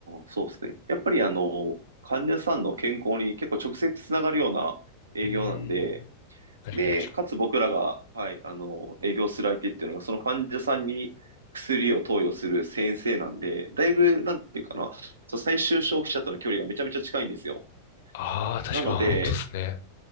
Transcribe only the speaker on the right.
そうですね。やっぱりあの、患者さんの健康に結構直接つながるような営業なんで、
で、かつ僕らが、はい、あの、営業する相手っていうのが、その患者さんに薬を投与する先生なんで、だいぶ、なんていうかな、そう最終消費者との距離がめちゃめちゃ近いんですよ。
なので、